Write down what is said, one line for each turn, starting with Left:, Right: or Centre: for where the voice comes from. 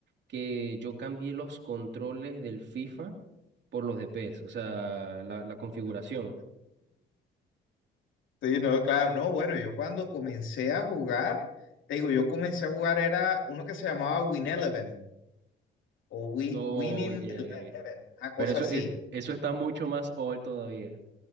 Right: que yo cambié los controles del FIFA por los de PES, o sea, la, la configuración.
Left: Sí, no, claro, no, bueno, yo cuando comencé a jugar, te digo, yo comencé a jugar era uno que se llamaba Win Eleven o Wi-
Right: No,
Left: Winning
Right: Oye,
Left: Eleven, una cosa
Right: Pero eso,
Left: así.
Right: e- eso está mucho más old todavía.